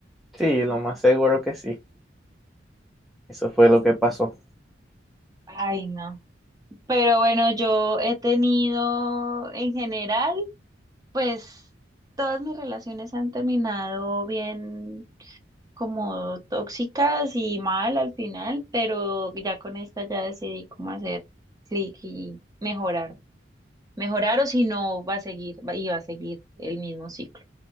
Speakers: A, in the centre; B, on the right (about 20°).
A: Sí, lo más seguro que sí. Eso fue lo que pasó.
B: Ay, no. Pero bueno, yo he tenido en general, pues todas mis relaciones han terminado bien como tóxicas y mal al final, pero ya con esta ya decidí cómo hacer clic y mejorar. Mejorar o si no, va a seguir, va- y va a seguir el mismo ciclo.